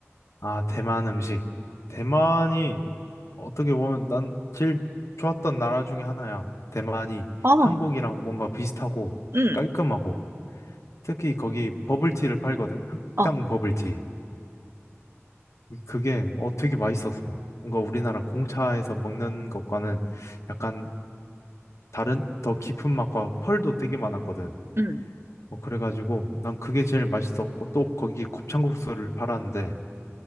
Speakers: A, on the left; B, on the right.
A: 아, 대만 음식. 대만이 어떻게 보면 난 제일 좋았던 나라 중에 하나야. 대만이
B: 어.
A: 한국이랑 뭔가 비슷하고
B: 음.
A: 깔끔하고 특히 거기 버블티를 팔거든. 흑당
B: 어.
A: 버블티. 그게 어 되게 맛있었어. 뭔가 우리나라 공차에서 먹는 것과는 약간 다른 더 깊은 맛과 펄도 되게 많았거든.
B: 음.
A: 어, 그래가지고 난 그게 제일 맛있었고 또 거기 곱창국수를 팔았는데